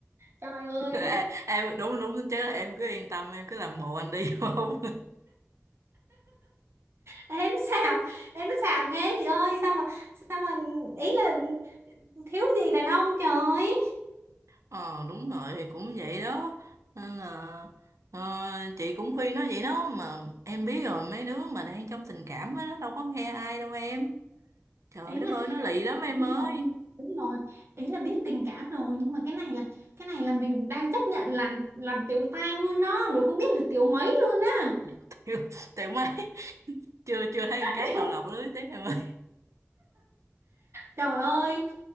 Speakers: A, on the right; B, on the right.
A: trời ơi
B: <laughs> à, em đúng đúng chứ em cứ yên tâm em cứ làm bộ anh đi <laughs> không
A: ế nó xàm ế nó xàm ghê chị ơi sao mà sao mà ý là thiếu gì đàn ông trời
B: Ờ đúng rồi cũng vậy đó nên là ờ, chị cũng khuyên nó vậy đó mà em biết rồi mấy đứa mà đang trong tình cảm á nó đâu có nghe ai đâu em trời
A: ý
B: đất
A: là
B: ơi nó lì lắm em
A: đúng
B: ơi
A: rồi đúng rồi ý là biết tình cảm rồi nhưng mà cái này là cái này là mình đang chấp nhận là làm tiểu tam luôn đó rồi không biết là tiểu mấy luôn á
B: <laughs> Thiệt tiều mấy chưa chưa thấy
A: <laughs>
B: con cá nào lọt lưới tiếp em ơi
A: trời ơi